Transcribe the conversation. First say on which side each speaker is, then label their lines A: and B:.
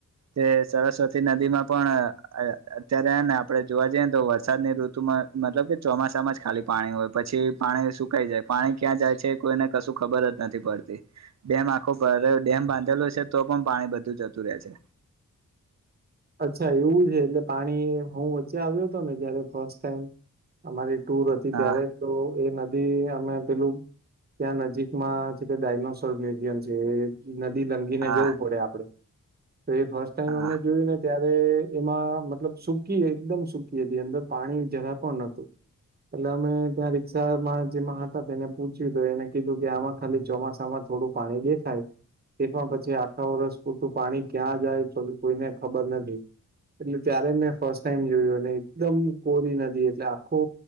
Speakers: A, on the right (about 55°); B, on the right (about 30°).
A: તે સરસ્વતી નદી માં પણ અત્યારેને આપડે જોવા જઈએ તો વરસાદ ની ઋતુ ત મતલબ કે ચોમાસામાં જ ખાલી પાણી હોય પછી પાણી સુકાઈ જાય પાણી ક્યાં જાય છે, કોઈને કશું ખબરજ નથી પડતી ડેમ આખો ડેમ બાંધેલો છે, તો પણ પાણી બધું જતું રહે છે.
B: અચ્છા એવું છે, એટલે પાણી હુ વચ્ચે આવ્યો હતો ને જયારે ફસ્ટ ટાઈમ અમારી ટુર હતી
A: હા
B: ત્યારે તો એ નદી અમે પેલુ ત્યાં નજીકમાં છે, તે ડાયનોસોર મ્યુઝિયમ છે. નદી લંગીને
A: હા
B: જવુ, પડે આપડે તો એ ફર્સ્ટ ટાઈમ
A: હા
B: અમે જોયું ને ત્યારે એમાં મતલબ સુકી એકદમ સકી હતી, અંદર પાણી જરા પણ નતુ એટલે અમે ત્યાં રિક્ષામાં જેમાં હતા તેને પૂછ્યુ હતું એને કીધું કે આમાં ખાલી ચોમાસામા થોડું પાણી દેખાય તે પણ પછી, આખા વર્ષ પૂરતું પાણી ક્યાં જાય કોઈને ખબર નથી. એટલે ત્યારે મેં ફર્સ્ટ ટાઈમ જોયુ, અને એકદમ કોરી નથી એટલે આખુ